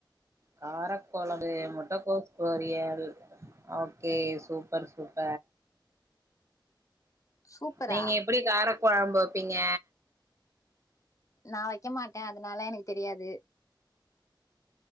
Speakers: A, on the right; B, on the left.
A: காரக்கொழம்பு முட்ட கோஸ் பொரியல் ஓகே சூப்பர் சூப்ப
B: சூப்பரா
A: நீங்க எப்டி காரக்கொழம்பு வைப்பீங்க
B: நா வைக்க மாட்டே அதுனால எனக்கு தெரியாது